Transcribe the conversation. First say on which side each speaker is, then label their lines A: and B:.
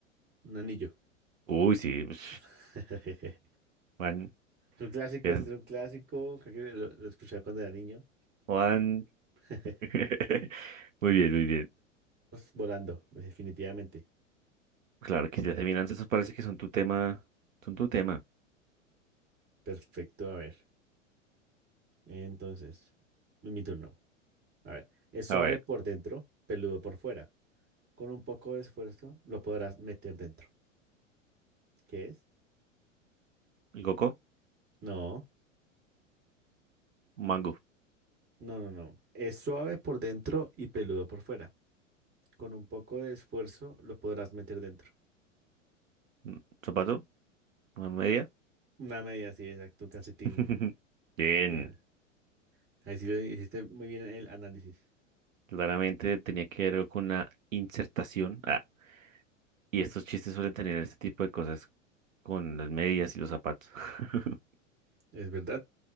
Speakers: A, on the right; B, on the right.
A: Un anillo.
B: Uy, sí. ush,
A: <laughs>
B: Juan.
A: Es un clásico,
B: es
A: este es un clásico. Creo que lo, lo escuchaba cuando era niño.
B: Juan.
A: <laughs> Estamos
B: <laughs> Muy bien, muy bien.
A: volando, definitivamente.
B: Claro que ya se miran, esos parece que son tu tema. Son tu tema.
A: Perfecto, a ver. Entonces, mi turno. A ver, es suave
B: A ver,
A: por dentro, peludo por fuera. Con un poco de esfuerzo lo podrás meter dentro. ¿Qué es?
B: coco,
A: No,
B: mango,
A: no, no, no. Es suave por dentro y peludo por fuera. Con un poco de esfuerzo lo podrás meter dentro.
B: mm, zapato, una media.
A: Una media, sí, exacto, un calcetín.
B: <laughs> Bien.
A: Bien. Ahí sí lo hiciste muy bien el análisis.
B: Claramente tenía que ver con una insertación. Ah, Y estos chistes suelen tener este tipo de cosas con las medias y los zapatos. <laughs>
A: ¿Es verdad?